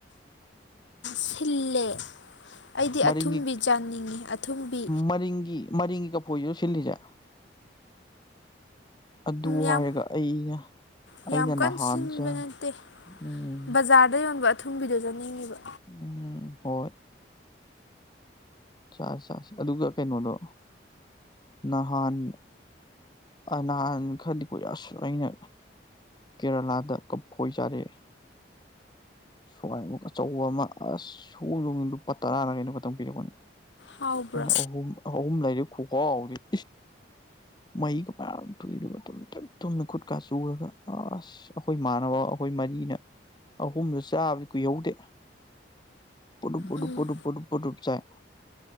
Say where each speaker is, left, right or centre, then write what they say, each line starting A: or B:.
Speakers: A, on the left; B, on the left.
A: ꯁꯤꯜꯂꯦ ꯑꯩꯗꯤ
B: ꯃꯔꯤꯡꯒꯤ
A: ꯑꯊꯨꯝꯕꯤ ꯆꯥꯅꯤꯡꯉꯤ ꯑꯊꯨꯝꯕꯤ
B: ꯃꯔꯤꯡꯒꯤ ꯃꯔꯤꯡꯒꯤ ꯀꯐꯣꯏꯁꯤꯔꯣ ꯁꯤꯜꯂꯤꯁꯦ ꯑꯗꯨ
A: ꯌꯥꯝ
B: ꯍꯥꯏꯔꯒ ꯑꯩꯅ ꯑꯩꯅ
A: ꯌꯥꯝ ꯀꯟꯅ
B: ꯅꯍꯥꯟ
A: ꯁꯤꯟꯕ
B: ꯆꯥ
A: ꯅꯠꯇꯦ
B: ꯎꯝ
A: ꯕꯖꯥꯔꯗ ꯌꯣꯟꯕ ꯑꯊꯨꯝꯕꯤꯗꯣ ꯆꯥꯅꯤꯡꯉꯤꯕ
B: ꯎꯝ ꯍꯣꯏ ꯆꯥꯁꯤ ꯆꯁꯤ ꯑꯗꯨꯒ ꯀꯩꯅꯣꯗꯣ ꯅꯍꯥꯟ ꯑꯥ ꯅꯍꯥꯟ ꯈꯔꯗꯤ ꯀꯨꯏꯔꯦ ꯑꯁ ꯑꯩꯅ ꯀꯦꯔꯂꯥꯗ ꯀꯐꯣꯏ ꯆꯥꯔꯛꯑꯦ ꯁ꯭ꯋꯥꯏꯃꯨꯛ ꯑꯆꯧꯕ ꯑꯃ ꯑꯁ <unintelligible> ꯂꯨꯄꯥ ꯇꯔꯥꯅ ꯀꯩꯅꯣ ꯈꯛꯇꯪ ꯄꯤꯔꯛꯄꯅꯦ
A: ꯍꯥꯎꯕ꯭ꯔꯥ
B: ꯑꯩꯅ ꯑꯍꯨꯝ ꯑꯍꯨꯝ ꯂꯩꯔꯑꯦ ꯈꯨꯍꯥꯎꯗꯤ ꯃꯍꯤꯒ ꯐꯥꯌꯥꯝ ꯊꯣꯛꯑꯦ ꯑꯗꯨꯒ <unintelligible> ꯗꯨꯝ ꯇꯨꯝꯅ ꯈꯨꯠꯀꯥ ꯆꯨꯔꯒ ꯑꯁ ꯑꯩꯈꯣꯏ ꯃꯅꯕꯥꯎ ꯑꯩꯈꯣꯏ ꯃꯔꯤꯅ ꯑꯍꯨꯝꯗꯨ ꯆꯥꯕꯗꯤ ꯀꯨꯏꯍꯧꯗꯦ ꯄꯗꯨꯨꯞ ꯄꯗꯨꯨꯞ
A: ꯎꯝ
B: ꯄꯗꯨꯨꯞ ꯄꯗꯨꯨꯞ ꯄꯗꯨꯨꯞ ꯆꯥꯏ